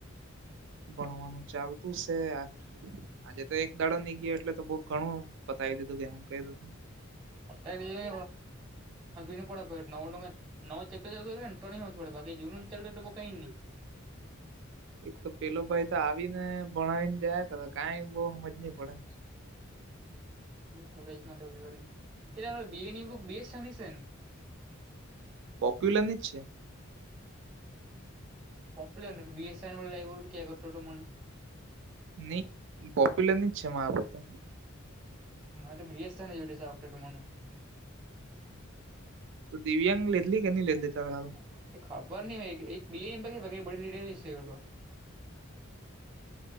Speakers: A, on the right; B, on the right.
A: ભણવાનું ચાલતું સે. આજે તો એક દાડો ની ગયો એટલે તો બહુ ઘણું બતાવી દીધું કે હું કું.
B: પત સ <inaudible> મજી ન કો ભ નવડ નવુ ચેપટર ચાલુ કરે તોની મેડ પડે બાકી જુનુ ચાલુ રે બો કાએ ન‌ઈ.
A: એક તો પેલો ભાઈ તો આવી ને ભણાવીને જાય ખરો કાઈ બોહ હમજ નહી પડે
B: કોલેજ મા <unintelligible> બી. એ. ની બુક બે સેની સેને
A: વોક્યુલર ની છે.
B: પોપુલર બી એસ કે મને.
A: ની પોપ્યુલર ની જ છે માર મતે
B: હ બીએસ જોક. <unintelligible>
A: તો દિવ્યાંગ લીધલી કે નહી લીધલી
B: પ્રતિ
A: તારે
B: મોટકા
A: હારું
B: કરલા એ ખબર ની હો એક બી. એ. બધી લીધેલીજ સે એવું ટો